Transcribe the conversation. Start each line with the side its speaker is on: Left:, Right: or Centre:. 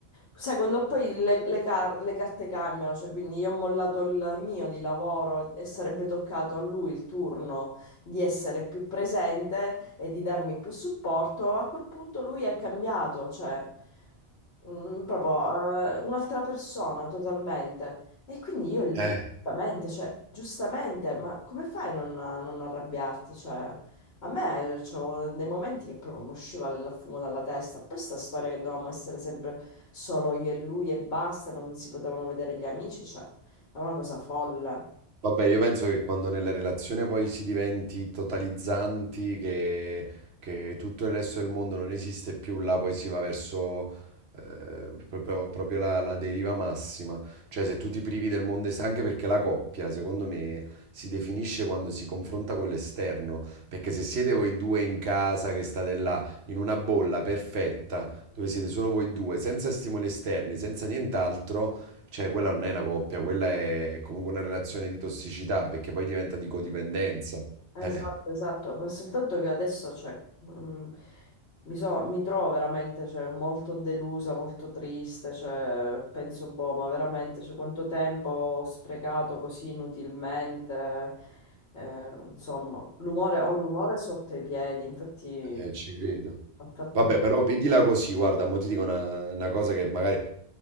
Left: Sai, quando poi le, le car- le carte cambiano, cioè quindi io ho mollato il mio di lavoro e sarebbe toccato a lui il turno di essere più presente e di darmi più supporto, a quel punto lui è cambiato, cioè. Mm, proprio eh, un'altra persona totalmente. E quindi io lì,
Right: Eh,
Left: giustamente, cioè, giustamente, ma come fai a non, a non arrabbiarti? Cioè, a me eh, c'avevo dei momenti che proprio mi usciva il fumo dalla testa. Poi sta storia che dovevamo essere sempre solo io e lui e basta, non si potevano vedere gli amici, cioè, è una cosa folle.
Right: Vabbè, io penso che quando nella relazione poi si diventi totalizzanti, che, che tutto il resto del mondo non esiste più, là poi si va verso eh, proprio, proprio la, la deriva massima. Cioè, se tu ti privi del mondo esterno, anche perché la coppia, secondo me, si definisce quando si confronta con l'esterno. Perché se siete voi due in casa, che state là, in una bolla perfetta, dove siete solo voi due, senza stimoli esterni, senza nient'altro cioè, quella non è una coppia, quella è comunque una relazione di tossicità, perché poi diventa di codipendenza.
Left: Esatto,
Right: Eh,
Left: esatto, però soltanto che adesso cioè, mm, mi, so- mi trovo veramente cioè, molto delusa, molto triste, cioè, penso, boh, ma veramente cioè, quanto tempo ho sprecato così inutilmente, eh, insomma, l'umore, ho l'umore sotto i piedi, infatti
Right: eh, ci credo.
Left: ho fatto
Right: Vabbè,
Left: anche...
Right: però vedila così, guarda, mo ti dico una, una cosa che magari